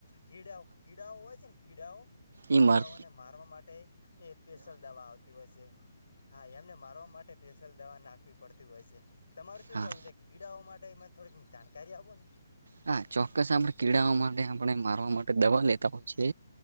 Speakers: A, on the left; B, on the right.
A: કીડાઓ કીડાઓ હોય છે ને કીડાઓ
B: ઈ
A: કીડાઓને
B: મર
A: મારવા માટે એ સ્પેશલ દવા આવતી હોય છે. હા એમને મારવા માટે સ્પેશિયલ દવા નાખવી પડતી હોય છે. તમારું શું
B: હા
A: કેહેવું છે? કીડાઓ માટે મને થોડીક જાણકારી આપો ને.
B: હા ચોક્કસ આપણે કીડાઓ માટે આપણે મારવા માટે દવા લેતા હોય છે.